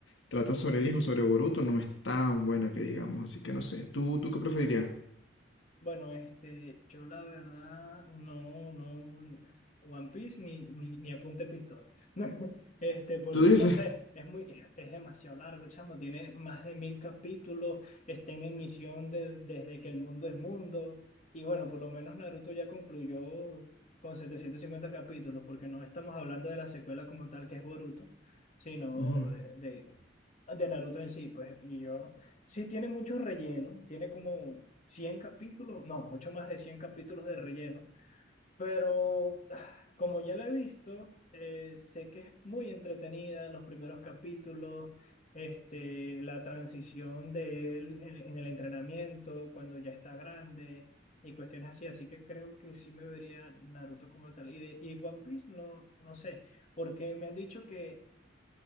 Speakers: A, on the left (about 75°); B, on the left (about 40°).
A: trata sobre el hijo, sobre Boruto, no es tan buena que digamos, así que no sé. ¿Tú, tú qué preferirías?
B: Bueno, este, yo la verdad no, no, One Piece ni, ni, ni apunte pistola. <laughs> Este, porque
A: ¿Tú dices?
B: no sé, es muy, es, es demasiado largo, chamo, tiene más de mil capítulos, está en emisión de- desde que el mundo es mundo, y bueno, por lo menos Naruto ya concluyó con 750 capítulos, porque no estamos hablando de la secuela como tal, que es Boruto, sino
A: Ujú,
B: de, de, de Naruto en sí, pues, y yo... Sí, tiene mucho relleno, tiene como 100 capítulos, no, mucho más de 100 capítulos de relleno, pero ah, como ya la he visto, eh, sé que es muy entretenida los primeros capítulos, este, la transición de él en, en el entrenamiento, cuando ya está grande y cuestiones así, así que creo que sí me vería Naruto como tal. Y de y One Piece, no, no sé, porque me han dicho que